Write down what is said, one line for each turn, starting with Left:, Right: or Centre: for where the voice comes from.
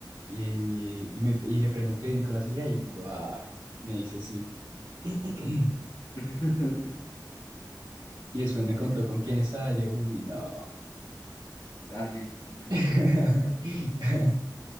Right: Y, y me, y le pregunté, Nicolás sigue ahí, y yo, ah, me dice sí. <clears throat>
Left: <laughs>
Right: Y después me contó
Left: Esa
Right: con
Left: Guadalupe.
Right: quién estaba, y yo, uy, no.
Left: Ay, una historia
Right: <laughs>
Left: larga, pero